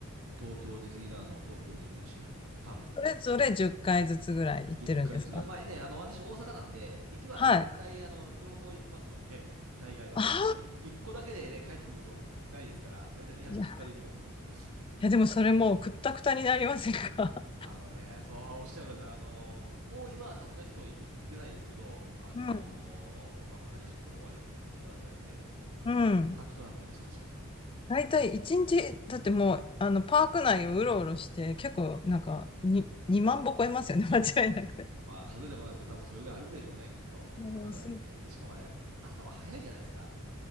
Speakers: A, on the right; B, on the left.
A: 東京ディズニーランドも東京ディズニーシーも、多分。
B: それぞれ10回ずつぐらい行ってるんですか
A: 10ずつぐらい。まあね、あの、私大阪なんで、行きは絶対、
B: はい。
A: あの、両方行きますんで、<laughs> 大概は。
B: ああ、
A: さすがに、1個だけでね、帰ってくることないですから、だいたい2泊3日で行きますんで。
B: いや、い
A: <laughs>
B: やでもそれもうくったくたになりませんか <laughs>
A: あのね、そう、あおっしゃるとおりですあの、もう今はさすがにちょっと行ってないですけど、あの、
B: うん。
A: 若かりし頃はよく付き合わされて、
B: うん。
A: くたくたなってました、確かに。
B: だいたい1日、だってもう、あの、パーク内をうろうろして、結構なんか、に、2万歩超えますよね、<laughs> 間違いなく。
A: まあ、数えたことないですけど、多分それぐらい歩くでしょうね、きっと。
B: もうす
A: 朝から行って。で、しかもあれ、朝は早いじゃないですか。